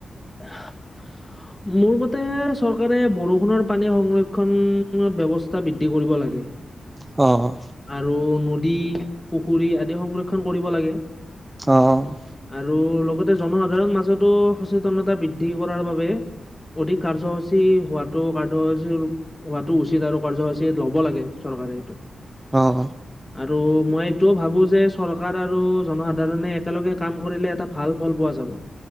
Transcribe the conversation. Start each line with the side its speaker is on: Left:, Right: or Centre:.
Left: <inaudible> মোৰ মতে চৰকাৰে বৰষুণৰ পানী সংৰক্ষণৰ ব্যৱস্থা বৃদ্ধি কৰিব লাগে।
Right: অ'।
Left: আৰু নদী, পুখুৰী আদি সংৰক্ষণ কৰিব লাগে।
Right: অ'।
Left: আৰু লগতে জনসাধাৰণৰ মাজতো সচেতনতা বৃদ্ধি কৰাৰ বাবে অধিক কাৰ্যসূচী হোৱাতটো কাৰ্যসূচী হোৱাটো উচিত আৰু কাৰ্যসূচী ল'ব লাগে চৰকাৰে এইটো।
Right: অ'।
Left: আৰু মই এইটোও ভাবো যে চৰকাৰ আৰু জনসাধাৰণে একেলগে কাম কৰিলে এটা ভাল ফল পোৱা যাব।